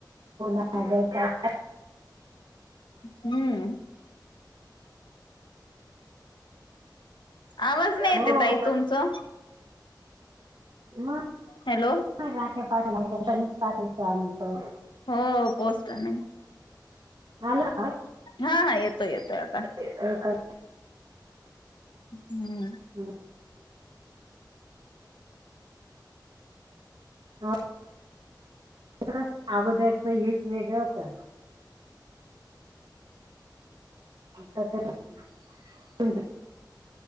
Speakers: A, on the right; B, on the left.
A: हो ना अग काय.
B: हम्म आवाज नाही
A: हो.
B: येतय ताई तुमचा?
A: मग
B: हॅलो
A: राख्या पाठवायच <unintelligible> तर पाठयचो आम्ही पण
B: हो पोस्टाने
A: आला आवाज?
B: हा हा येतोय येतोय आता.
A: येतय अता.
B: हम्म.
A: हम्म. हा <unintelligible> अगोदरच हेच वेगळं होत. आता तर <unintelligible>